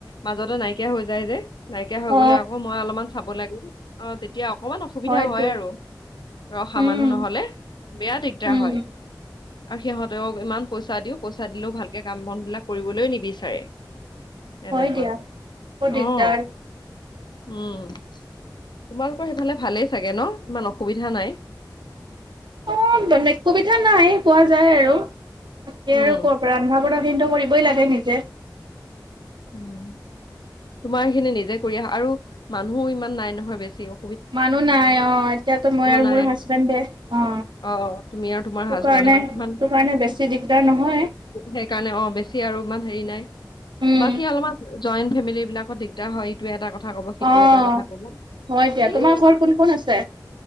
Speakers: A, on the left; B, on the right.
A: মাজতে নাইকিয়া হৈ যায় যে, নাইকিয়া হৈ
B: অ
A: গলে আকৌ মই অলপমান চাব লাগ অ তেতিয়া অকমান অসুবিধা
B: হয়তো
A: হয় আৰু ৰহা
B: উম
A: মানুহ নহলে, বেয়া দিগদাৰ
B: উম
A: হয়। আৰু সিহঁতক ইমান পইচা দিও, পইচা দিলেও ভালকে কাম বন বিলাক কৰিবলৈ নিবিচাৰে।
B: হয়
A: এনেকুৱা
B: দিয়া বৰ দিগদাৰ
A: অ', উম। তোমালোকৰ সেইফালে ভালেই চাগে ন, ইমান অসুবিধা নাই।
B: অ' বেলেগ <unintelligible> নাই পোৱা যায় আৰু তাকে
A: উম
B: আৰু কৰ পৰা ৰন্ধা বঢ় <unintelligible> কৰিবই লাগে নিজে।
A: উম, তোমাৰ এইখিনি নিজে কৰি আহা, আৰু মানুহো ইমান নাই নহয় বেছিও।
B: মানুহ নাই অ', এতিয়াতো মই আৰু
A: নাই
B: মোৰ হাজবেণ্ডে এ।
A: অ', অ', তুমি আৰু তোমাৰ
B: তো
A: হাজবেণ্ডে
B: কাৰণে,
A: ইমান
B: তো কাৰণে, বেছি দিগদাৰ নহয়।
A: সেইকাৰণে, অ', বেছি আৰু ইমান হেৰি নাই।
B: উম,
A: বাকী, অলপমান জইণ্ট ফেমিলি বিলাকত দিগদাৰ হয়, ইটোয়ে এটা কথা <unintelligible> সেইটোৱে
B: অ'।
A: এটা কথা কব
B: হয় দিয়া,
A: <unintelligible>
B: তোমাৰ ঘৰত কোন কোন আছে?